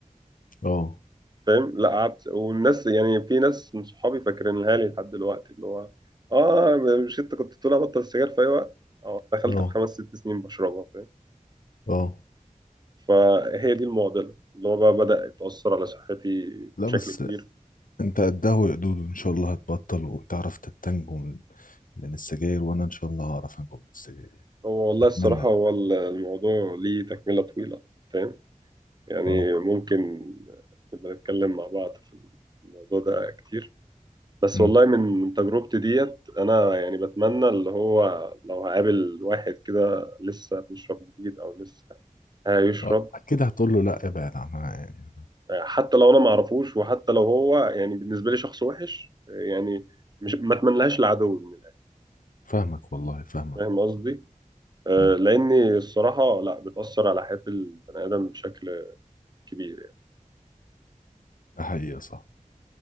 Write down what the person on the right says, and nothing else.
فاهم لا قعدت والناس يعني في ناس من صحابي فاكرينها لي لحد دلوقتي اللي هو اه مش انت كنت تقول ابطل السجاير في اي وقت اه دخلت
في خمس ست سنين بشربها فاهم
فهي دي المعضله اللي هو بقى بدأ يتأثر على صحتي
بشكل
كبير
هو
والله الصراحه
هو الموضوع ليه تكمله طويله فاهم يعني
ممكن نبقى نتكلم مع بعض في الموضوع ده كتير بس
والله من من تجربتي ديت أنا يعني بتمنى اللي هو لو هقابل واحد كده لسه بيشرب جديد أو لسه هيشرب
حتى لو أنا معرفوش وحتى لو هو يعني بالنسبة لي شخص وحش يعني مش ما أتمنلهاش العدو من الآخر.
فاهم قصدي؟ آه،
لأني الصراحة لا بتأثر على حياة البني آدم بشكل كبير يعني.